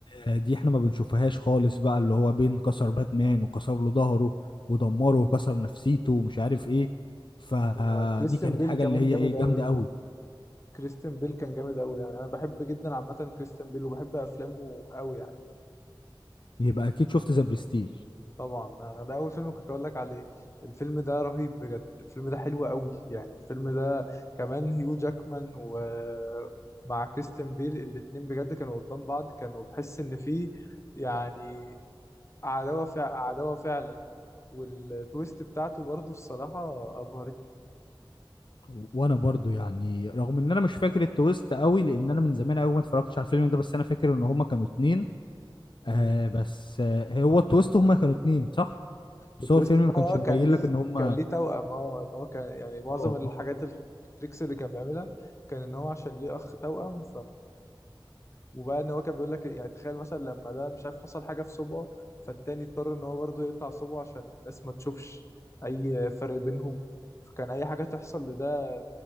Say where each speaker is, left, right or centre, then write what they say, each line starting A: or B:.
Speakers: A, on the left; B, on the left.
A: آه دي احنا ما بنشوفهاش خالص بقى اللي هو بين كسر باتمان وكسر له ظهره ودمره وكسر نفسيته ومش عارف ايه فدي
B: وكريستيان
A: كانت
B: بيل
A: حاجه
B: كمان
A: اللي هي
B: جامد
A: ايه
B: قوي
A: جامده قوي
B: كريستيان بيل كان جامد قوي يعني انا بحب جدا عامه كريستيان بيل وبحب افلامه قوي يعني.
A: يبقى اكيد شفت ذا برستيج
B: طبعا أنا- ده اول فيلم كنت اقول لك عليه الفيلم ده رهيب بجد الفيلم ده حلو قوي يعني الفيلم ده كمان هيو جاكمان ومع كريستيان بيل الاتنين بجد كانوا قدام بعض كانوا تحس ان في يعني عداوة فع عداوة فعلا والتويست بتاعته برضه الصراحة ابهرت
A: وانا برضو يعني رغم ان انا مش فاكر التويست قوي لان انا من زمان قوي ما اتفرجتش على الفيلم ده بس انا فاكر ان هما كانوا اتنين آه
B: مم.
A: بس آه هو التويست هما كانوا اتنين صح بس
B: التويست
A: هو الفيلم
B: ان
A: ما كانش
B: هو
A: مبين
B: كان ليه
A: لك ان هما
B: كان ليه توأم اه ان هو كان يعني معظم
A: اه
B: الحاجات
A: اه
B: ال- التريكس اللي كان بيعملها كان ان هو عشان ليه اخ توأم وبقى ان هو كان بيقول لك يعني تخيل مثلا لما ده مش عارف حصل حاجه في صبعه فالتاني اضطر ان هو برضه يقطع صبعه عشان الناس ما تشوفش اي فرق بينهم فكان اي حاجه تحصل لده